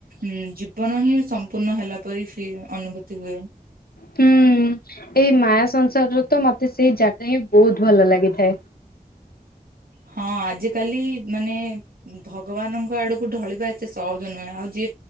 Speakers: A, on the right (about 80°); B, on the left (about 80°).
A: ଉଁ ଜୀବନ ହିଁ ସମ୍ପୂର୍ଣ୍ଣ ହେଲା ପରି ଅନୁଭୂତି ହୁଏ।
B: ହୁଁ। ଏଇ ମାୟା ସଂସାରର ତ ମତେ ସେଇ ଜାଗା ହିଁ ବହୁତ ଭଲ ଲାଗିଥାଏ।
A: ହଁ ଆଜିକାଲି ମାନେ ଭଗବାନଙ୍କ ଆଡକୁ ଢଳିବା ସହଜ ନୁହେଁ ଆଉ ଯିଏ